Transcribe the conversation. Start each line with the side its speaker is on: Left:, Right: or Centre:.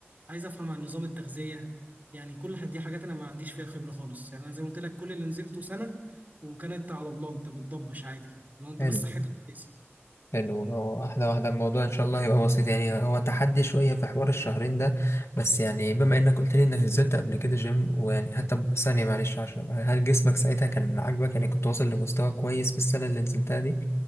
Right: عايز افهم عن نظام التغذيه يعني كل حد- دي حاجات انا ما عنديش فيها خبره خالص يعني انا زي ما قلت لك كل اللي نزلته سنه وكانت على الله انت بتضبش عادي لو انت
Left: حلو
Right: بس صحتك كويسه
Left: حلو واحدة واحدة الموضوع ان شاء الله هيبقى بسيط يعني هو تحدي شوية في حوار الشهرين ده بس يعني بما انك قلت لي انك نزلت قبل كده جيم ويعني حتى ثانية معلش عشان أبقى- هل جسمك ساعتها كان عاجبك يعني كنت واصل لمستوى كويس في السنة اللي نزلتها دي؟